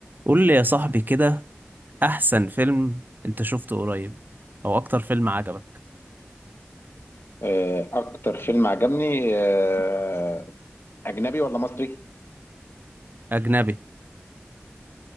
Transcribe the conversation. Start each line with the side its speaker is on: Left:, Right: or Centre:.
Right: قول لي يا صاحبي كده احسن فيلم انت شفته قريب او اكتر فيلم عجبك
Left: آه، اكتر فيلم عجبني آه، اجنبي ولا مصري
Right: اجنبي